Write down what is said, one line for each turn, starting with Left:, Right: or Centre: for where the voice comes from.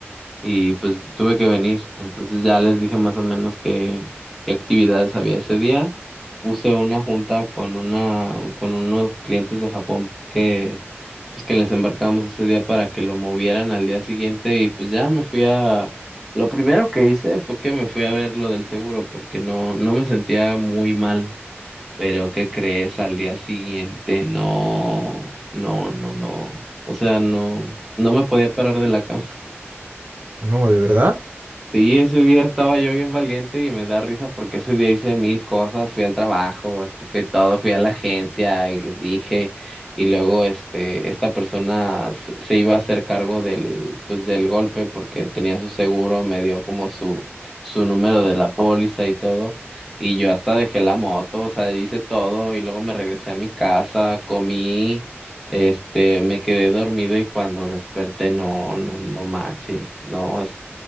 Centre: y pues tuve que venir. Entonces ya les dije más o menos qué, qué actividades había ese día. Puse una junta con una, con unos clientes de Japón que, pues que les embarcamos ese día para que lo movieran al día siguiente y pues ya me fui a, lo primero que hice fue que me fui a ver lo del seguro porque no, no me sentía muy mal. Pero ¿qué crees? Al día siguiente, no, no, no, no. O sea, no, no me podía parar de la cama.
Right: no, de verdad.
Centre: Sí, ese día estaba yo bien valiente y me da risa porque ese día hice mil cosas, fui al trabajo, este, fui todo, fui a la agencia y les dije, y luego este, esta persona se se iba a hacer cargo del, pues del golpe porque tenía su seguro, me dio como su, su número de la póliza y todo, y yo hasta dejé la moto, o sea, hice todo, y luego me regresé a mi casa, comí, este, me quedé dormido y cuando desperté, no, no, no manches, no,